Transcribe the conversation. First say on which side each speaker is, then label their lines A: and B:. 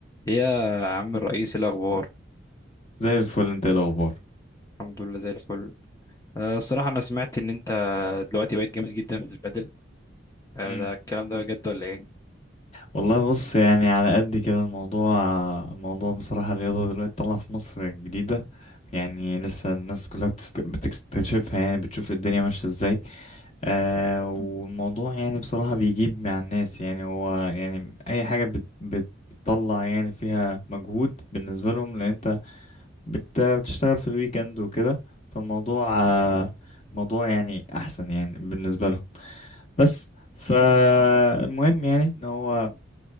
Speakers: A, on the left (about 15°); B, on the left (about 35°).
A: يا عم الرئيس إيه الاخبار
B: زي الفل انت ايه الاخبار
A: الحمد لله زي الفل آه، الصراحه انا سمعت ان انت دلوقتي بقيت جامد جدا في البادل آه،
B: امم
A: ده الكلام ده بجد ولا ايه
B: والله بص يعني على قد كده الموضوع الموضوع بصراحة الرياضة دلوقتي طالعة في مصر جديدة يعني لسه الناس كلها بتست... بتكتشفها يعني بتشوف الدنيا ماشية ازاي آه والموضوع يعني بصراحة بيجيب مع الناس يعني هو يعني أي حاجة بت... بتطلع يعني فيها مجهود بالنسبة لهم لأن انت بت- بتشتغل في الويك اند وكده فالموضوع آه، موضوع يعني احسن يعني بالنسبه لهم بس فالمهم يعني ان هو